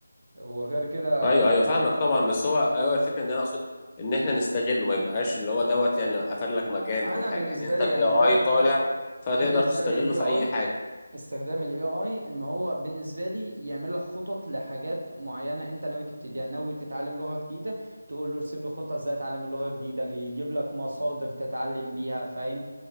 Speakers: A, on the right (about 65°); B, on the left (about 20°).
A: وغير كده
B: ايوه ايوه فاهمك طبعا بس هو ايوه الفكرة ان انا اقصد ان احنا نستغله ما يبقاش اللي هو دوت يعني قفل لك مجال
A: انا
B: او حاجة
A: بالنسبه
B: يعني انت
A: لي
B: الاي
A: يعني
B: اي
A: ده ده
B: طالع فتقدر
A: انا بالنسبه
B: تستغله
A: لي الاي
B: في
A: اي
B: اي حاجة
A: استخدام الاي اي ان هو بالنسبه لي يعمل لك خطط لحاجات معينه انت ناوي تبتديها يعني ناوي تتعلم لغه جديده تقول له ارسم لي خطه ازاي اتعلم اللغه الجديده يجيب لك مصادر تتعلم بيها فاهم